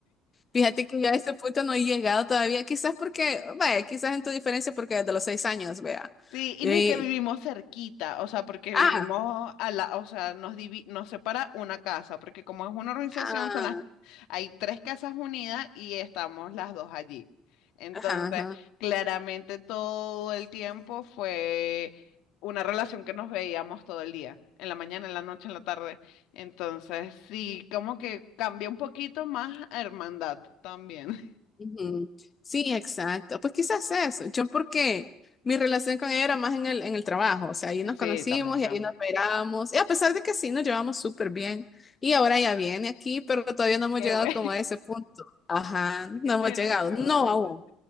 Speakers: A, on the left; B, on the left.
A: Fíjate que yo a este punto no he llegado todavía, quizás porque, vaya, quizás en tu diferencia porque desde los seis años, vea.
B: Sí, y
A: Y-
B: no y que vivimos cerquita, o sea, porque
A: ah,
B: vivimos a la, o sea, nos divi- nos separa una casa, porque como es una organización,
A: ah,
B: son las, hay tres casas unidas y estamos las dos allí. Entonces,
A: ajá, ajá.
B: claramente todo el tiempo fue una relación que nos veíamos todo el día, en la mañana, en la noche, en la tarde. Entonces, sí, como que cambia un poquito más a hermandad también.
A: ujú. Sí, exacto. Pues quizás eso. Yo porque mi relación con ella era más en el, en el trabajo, o sea, ahí
B: <laughs>
A: nos
B: Sí,
A: conocimos
B: también
A: y
B: cambia.
A: ahí nos esperamos. Y a pesar de que sí, nos llevamos súper bien. Y ahora ya viene aquí, pero todavía no hemos
B: Qué
A: llegado
B: bueno.
A: como a ese punto. Ajá, no
B: Que Mira,
A: hemos llegado.
B: qué bueno.
A: No aún.